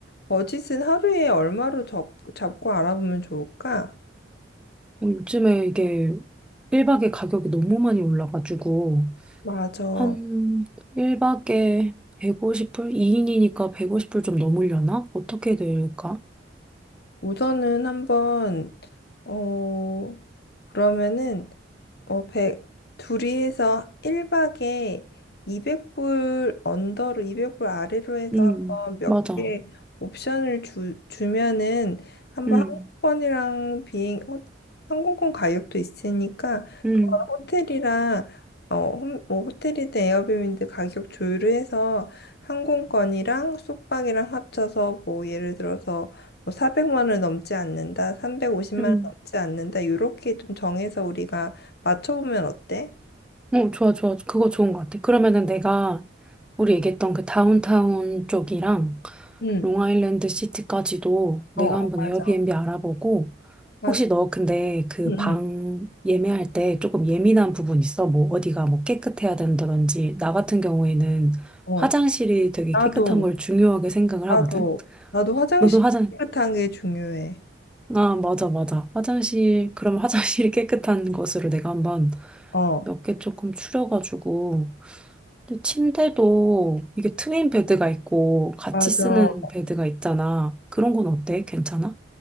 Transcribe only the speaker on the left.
버짓은 하루에 얼마로 잡, 잡고 알아보면 좋을까?
맞아.
우선은 한번 어 그러면은 어 백 둘이 해서 1박에 200불 언더로 200불 아래로 해서
한번 몇
개 옵션을 주, 주면은 한번
항공권이랑 비행 호, 항공권 가격도 있으니까
그거 호텔이랑 어, 홈- 뭐 호텔이든 에어비앤비 가격 조율을 해서 항공권이랑 숙박이랑 합쳐서 뭐 예를 들어서 뭐 400만 원을 넘지 않는다, 350만
원을 넘지 않는다, 요렇게 좀 정해서 우리가 맞춰보면 어때?
응,
어, 어,
맞아,
맞아.
응,
응,
어.
나도,
나도,
나도 화장실
깨끗한 게 중요해.
어,
맞아.